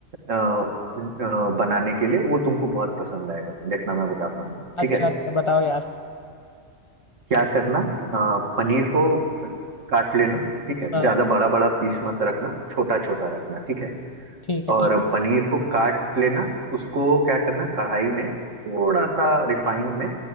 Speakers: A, on the right; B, on the left.
A: अ, अ, बनाने के लिए वो तुमको बहुत पसंद आएगा देखना मैं बताता हूँ ठीक
B: अच्छा
A: है
B: अच्छा बताओ यार
A: क्या करना अ, पनीर को काट लेना ठीक है
B: हाँ
A: ज्यादा बड़ा बड़ा पीस मत रखना छोटा छोटा रखना ठीक है
B: ठीक है
A: और
B: ठीक
A: पनीर को काट लेना उसको क्या करना कढ़ाई में थोड़ा सा रिफाइंड में